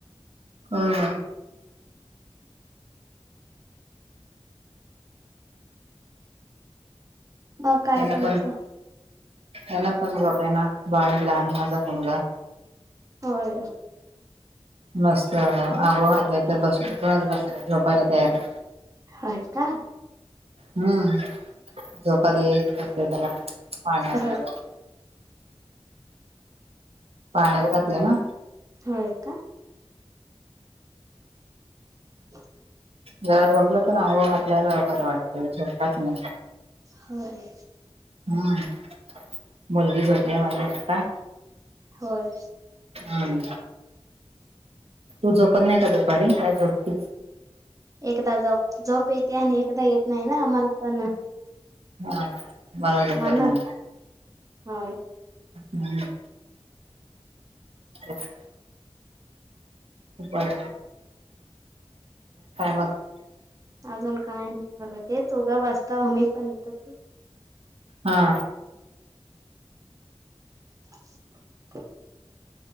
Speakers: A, on the right; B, on the right.
A: हा हा.
B: मग काय
A: त्याना
B: तुमचं
A: पण त्याला पण जात आहे ना बाळला आणि माझा मुलगा
B: होय.
A: मस्त आंगोळ घातलाय तर बस ऊठूनच बस झोपायला तयार नाही.
B: आहे का?
A: हम्म झोका देत बसते त्याला पाळण्यात
B: होय
A: घालून. पाळण्यात घातलं ना.
B: होय का? ह.
A: जरा झोपलं तर अंघोळ घातल्याला बरं वाटतं झोपलाच नाही.
B: होय.
A: हम्म मुलगी झोपल्या माझी आता
B: होय.
A: हम्म. तू झोपत नाही का दुपारी का झोपते?
B: एकदा जप झोप येते आणि एकदा येत नाही ना म्हणताना
A: हा हा म्हणून झोपत
B: म्हण
A: नाही.
B: होय.
A: हम्म <unintelligible> ह <unintelligible> काय मग <unintelligible>
B: अजून काय नाही बघ ते च उघा बसता आ मी पण इथंच.
A: हा.
B: <unintelligible>